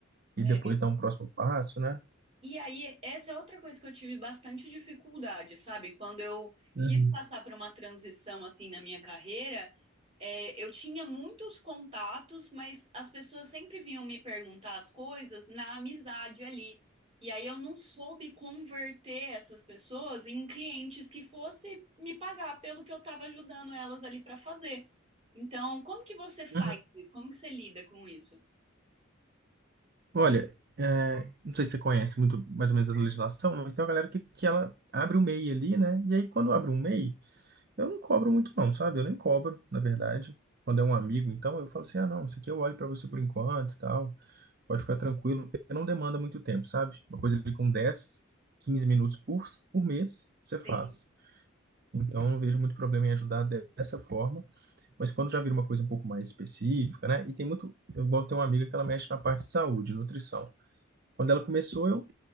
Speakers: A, on the right; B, on the right.
A: e
B: né?
A: depois dar um próximo passo, né?
B: E aí, essa é outra coisa que eu tive bastante dificuldade, sabe? Quando eu
A: Uhum.
B: quis passar por uma transição assim na minha carreira, é, eu tinha muitos contatos, mas as pessoas sempre vinham me perguntar as coisas na amizade ali. E aí eu não soube converter essas pessoas em clientes que fosse me pagar pelo que eu estava ajudando elas ali para fazer. Então, como que você faz
A: Uhum.
B: isso? Como que você lida com isso?
A: Olha, é, não sei se você conhece muito mais ou menos a legislação, mas tem uma galera que, que ela abre o MEI ali, né? E aí quando abre um MEI, eu não cobro muito não, sabe? Eu nem cobro, na verdade. Quando é um amigo, então eu falo assim, ah, não, isso aqui eu olho pra você por enquanto e tal, pode ficar tranquilo, porque não demanda muito tempo, sabe? Uma coisa ali com 10, 15 minutos por, por mês, você faz.
B: Sim,
A: Então, eu não vejo muito problema em ajudar de- dessa forma, mas quando já vira uma coisa um pouco mais específica, né? E tem muito, eu igual tem uma amiga que ela mexe na parte de saúde, nutrição. Quando ela começou, eu,